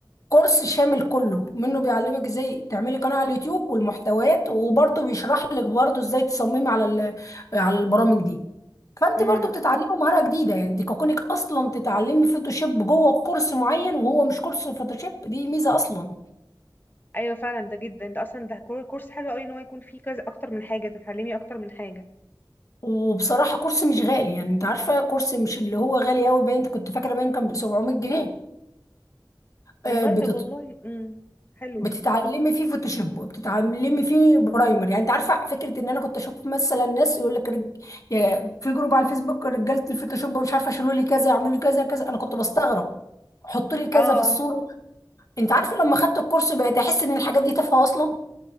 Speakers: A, on the left; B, on the left.
A: كورس شامل كله منه بيعلمك ازاي تعملي قناة على اليوتيوب والمحتويات وبرضه بيشرح لك برضه ازاي تصممي على ال- على البرامج دي فانت
B: امم
A: برضه بتتعلمي مهارة جديدة يعني دي كونك اصلا تتعلمي فوتوشوب جوه كورس معين وهو مش كورس فوتوشوب دي ميزة اصلا
B: ايوه فعلا ده جدا ده اصلا ده كور- كورس حلو قوي ان هو يكون فيه كذا اكتر من حاجه تتعلمي اكتر من حاجه
A: وبصراحة كورس مش غالي يعني انت عارفة كورس مش اللي هو غالي قوي باين كنت فاكرة باين كان ب 700
B: والله
A: جنيه
B: طب والله امم حلو
A: بتتعلمي فيه فوتوشوب وبتتعلمي فيه برايمر يعني انت عارفه فكره ان انا كنت اشوف مثلا ناس يقول لك رج... يا- في جروب على الفيسبوك رجاله الفوتوشوب مش عارفه شيلوا لي كذا يعملوا لي كذا كذا انا كنت بستغرب حطوا لي كذا
B: اه
A: في الصوره انت عارفه لما خدت الكورس بقيت احس ان الحاجات دي تافهه اصلا